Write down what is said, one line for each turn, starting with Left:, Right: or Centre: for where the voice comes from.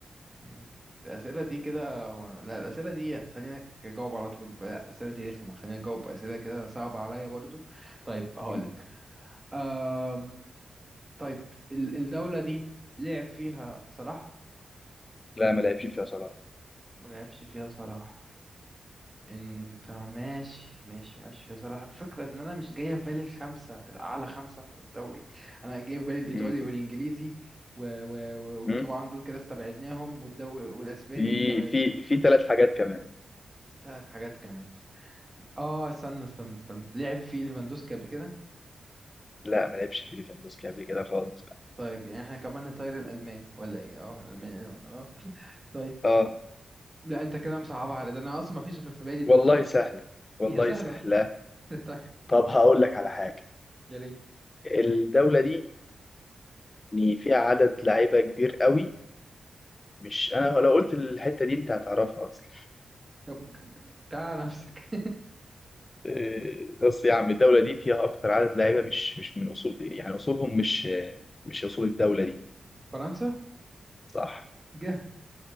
Right: مم. الأسئلة دي كده ما... لا الأسئلة دي خلينا أجاوب على طول لا الأسئلة دي رخمة خلينا أجاوب أسئلة كده صعبة عليا برضو طيب هقولك
Left: مم.
Right: أم... طيب ال- الدولة دي لعب فيها صلاح
Left: لا ما لعبش فيها صلاح
Right: ما لعبش فيها صلاح انت ماشي ماشي ماشي فيها صلاح الفكرة ان انا مش جاية في بالي الخمسة الاعلى خمسة في الدوري انا جاي في بالي الايطالي
Left: مم.
Right: والانجليزي و... و... و...
Left: مم.
Right: وطبعا دول كده استبعدناهم والدو... والاسباني
Left: في
Right: استبعدناه
Left: في في ثلاث حاجات كمان
Right: تلات حاجات كمان اه استنى استنى استنى لعب فيه ليفاندوسكي قبل كده
Left: لا ما لعبش فيليبينز قبل كده خالص بقى
Right: طيب يعني احنا كمان نطير الالماني ولا ايه اه الالماني اه طيب
Left: اه
Right: لا انت كده مصعبها على ده انا اصلا ما فيش غير في بالي دول
Left: والله
Right: اصلا
Left: سهله والله
Right: هي سهله
Left: سهله
Right: <laughs> طيب
Left: طب هقول لك على حاجه
Right: يا ريت
Left: الدوله دي إن فيها عدد لعيبه كبير قوي مش انا لو قلت الحته دي انت هتعرفها اصلا
Right: طب ج- ج- تعال نفسك
Left: إيه، بص يا عم الدوله دي فيها اكتر عدد لعيبه مش مش من اصول يعني اصولهم مش مش اصول الدوله دي
Right: <laughs> فرنسا
Left: صح
Right: جه